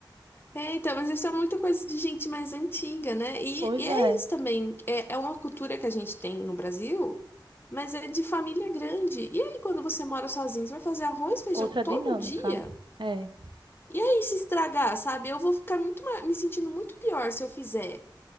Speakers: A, on the left; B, on the right.
A: É, então, mas isso é muita coisa de gente mais antiga, né? E,
B: Pois
A: e
B: é,
A: é isso também. É, é uma cultura que a gente tem no Brasil, mas é de família grande. E aí, quando você mora sozinho, você vai fazer arroz, feijão
B: outra
A: todo
B: dinâmica.
A: dia?
B: É,
A: E aí, se estragar, sabe? Eu vou ficar muito, ma- me sentindo muito pior se eu fizer